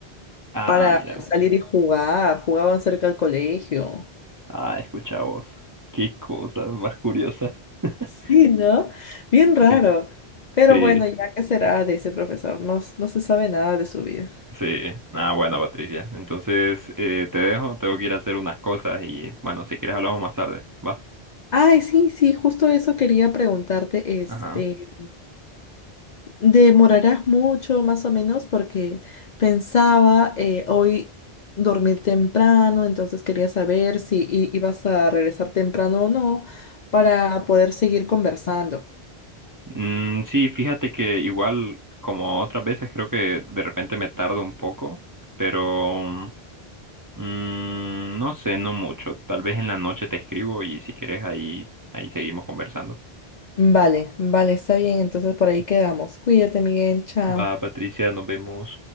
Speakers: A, on the right; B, on the left.
A: Ah,
B: para
A: mira. vos.
B: salir y jugar, jugaban cerca del colegio.
A: Ah, escucha vos. Qué cosas más curiosas. <laughs>
B: Sí, ¿no? Bien raro.
A: Sí.
B: Pero
A: Sí,
B: bueno, ya qué será de ese profesor, no, s- no se sabe nada de su vida.
A: sí. Ah, bueno, Patricia. Entonces eh, te dejo, tengo que ir a hacer unas cosas y bueno, si quieres hablamos más tarde. Va.
B: Ay, sí, sí, justo eso quería preguntarte, este,
A: Ajá.
B: Demorarás mucho, más o menos, porque pensaba eh, hoy dormir temprano, entonces quería saber si i- ibas a regresar temprano o no para poder seguir conversando.
A: Mm, sí, fíjate que igual como otras veces creo que de repente me tardo un poco, pero mm, no sé, no mucho. Tal vez en la noche te escribo y si quieres ahí, ahí seguimos conversando.
B: Vale, vale, está bien, entonces por ahí quedamos. Cuídate, Miguel, chao.
A: Va, Patricia, nos vemos.